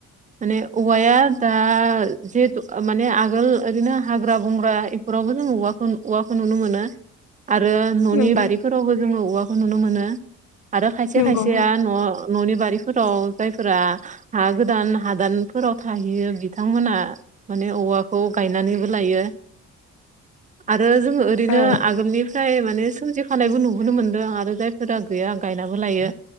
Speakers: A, on the right (about 25°); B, on the left (about 85°).
A: माने औवाया दा जिहेतु माने आगोल ओरैनो हाग्रा बंग्रा इफोरावबो जों औवाखौ नु औवाखौ नुनो मोनो आरो न'नि
B: नंगौ
A: बारिफोरावबो जोङो औवाखौ नुनो मोनो आरो खायसे
B: नंगौ
A: खायसेया न' न'नि बारिफोराव जायफोरा हा गो दान हादानफोराव थाहैयो बिथांमोना माने औवाखौ गायनानैबो लायो आरो जोङो ओरैनो
B: औ
A: आगोलनि फ्राय माने सोमजिखानायबो नुबोनो मोनदों आरो जायफोरा गैया गायनाबो लायो